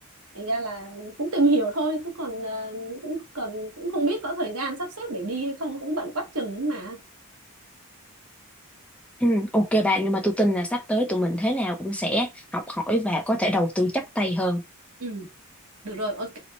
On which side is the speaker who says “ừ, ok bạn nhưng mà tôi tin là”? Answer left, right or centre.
Centre